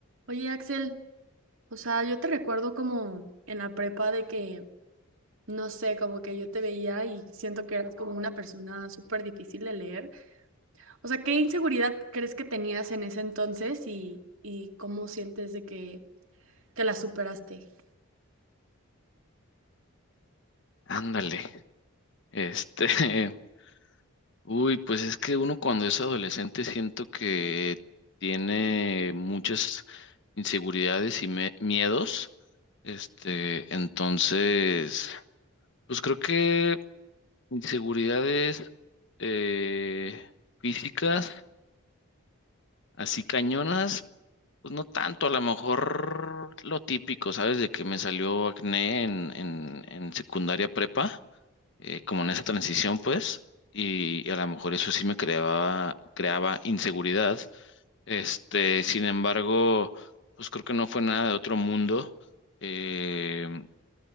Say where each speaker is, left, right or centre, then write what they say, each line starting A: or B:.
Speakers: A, on the right; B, on the left.
A: Oye, Axel, o sea, yo te recuerdo como en la prepa de que, no sé, como que yo te veía y siento que eras como una persona súper difícil de leer. O sea, ¿qué inseguridad crees que tenías en ese entonces y, y cómo sientes de que, que la superaste?
B: Ándale, este, <laughs> uy, pues es que uno cuando es adolescente siento que tiene muchas inseguridades y me- miedos, este, entonces, pues creo que inseguridades eh, físicas, así cañonas, pues no tanto, a lo mejor lo típico, ¿sabes? De que me salió acné en, en, en secundaria prepa. eh, como en esa transición, pues, y, y a lo mejor eso sí me creaba, creaba inseguridad. Este, sin embargo, pues creo que no fue nada de otro mundo. Eh,